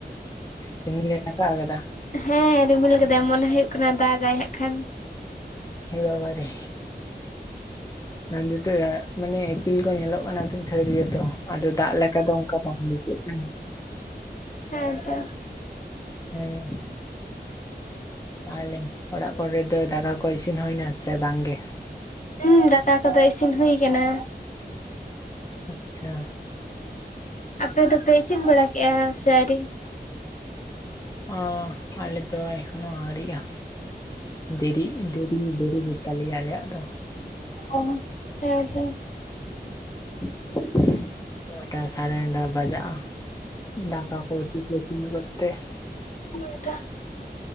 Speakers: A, on the left; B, on the left.
A: ᱨᱤᱢᱤᱞ ᱮ ᱨᱟᱠᱟᱜ ᱟᱠᱟᱫᱟ?
B: ᱦᱮᱸ, ᱨᱤᱢᱤᱞ ᱠᱟᱫᱟᱭ ᱢᱚᱱᱮ ᱦᱩᱭᱩᱜ ᱠᱟᱱᱟ ᱫᱟᱜᱟᱭ ᱦᱟᱸᱜ ᱠᱷᱟᱱ᱾
A: ᱮ ᱵᱟᱵᱟ ᱨᱮ ᱱᱟᱹᱱᱫᱤ ᱛᱮᱜ ᱢᱟᱱᱮ ᱤᱯᱤᱞ ᱠᱚ ᱧᱮᱞᱚᱜ ᱠᱟᱱᱟ ᱰᱷᱟᱹᱨ ᱜᱮᱛᱚ ᱟᱫᱚ ᱫᱟᱜ ᱞᱮᱠᱟ ᱫᱚ ᱚᱝᱠᱟ ᱵᱟᱝ ᱵᱩᱡᱷᱟᱹᱜ ᱠᱟᱱᱟ᱾
B: ᱦᱮᱸ ᱮᱱᱛᱚ᱾
A: ᱦᱮᱸ, ᱛᱟᱦᱚᱞᱮ ᱚᱲᱟᱜ ᱠᱚᱨᱮ ᱫᱚ ᱫᱟᱠᱟ ᱠᱚ ᱤᱥᱤᱱ ᱦᱩᱭ ᱱᱟ ᱥᱮ ᱵᱟᱝ ᱜᱮ?
B: ᱦᱩᱸ, ᱫᱟᱠᱟ ᱠᱚᱫᱚ ᱤᱥᱤᱱ ᱦᱩᱭ ᱠᱟᱱᱟ᱾
A: ᱟᱪᱪᱷᱟ,
B: ᱟᱯᱮ ᱫᱚᱯᱮ ᱤᱥᱤᱱ ᱵᱟᱲᱟ ᱠᱮᱜᱼᱟ ᱥᱮ ᱟᱹᱣᱨᱤ?
A: ᱚᱸ ᱟᱞᱮ ᱫᱚ ᱮᱠᱷᱚᱱᱳ ᱟᱹᱣᱨᱤᱜᱼᱟ᱾ ᱫᱮᱨᱤᱜ ᱫᱮᱨᱤ ᱫᱮᱨᱤ ᱜᱮᱛᱟᱞᱮᱭᱟ ᱟᱞᱮᱭᱟᱜ ᱫᱚ᱾
B: ᱚ, ᱦᱮᱸ ᱛᱚ᱾
A: <inaudible> ᱱᱚᱴᱟ ᱥᱟᱲᱮ ᱱᱚᱴᱟ ᱵᱟᱡᱟᱜᱼᱟ ᱫᱟᱠᱟ ᱠᱚ ᱩᱛᱩ ᱠᱚ ᱤᱥᱤᱱ ᱜᱚᱫᱚᱜ ᱛᱮ᱾
B: ᱦᱮᱸ ᱛᱚ,